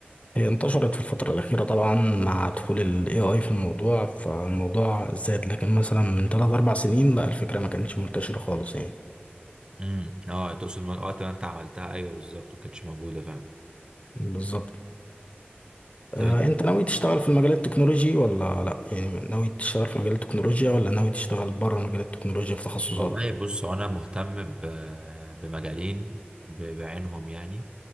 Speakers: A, on the left (about 35°); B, on the right (about 25°).
A: هي انتشرت في الفترة الأخيرة طبعا مع دخول ال AI في الموضوع فالموضوع زاد لكن مثلا من تلات أربع سنين لا الفكرة ما كانتش منتشرة خالص يعني
B: امم اه تقصد من وقت ما انت عملتها ايوه بالظبط ما كانتش موجوده فعلا
A: بالظبط آه،
B: طب أنت-
A: أنت ناوي تشتغل في المجال التكنولوجي ولا لا يعني ناوي تشتغل في مجال التكنولوجيا ولا ناوي تشتغل بره مجال التكنولوجيا في تخصصات؟
B: والله بص هو انا مهتم ب... بمجالين ب... بعينهم يعني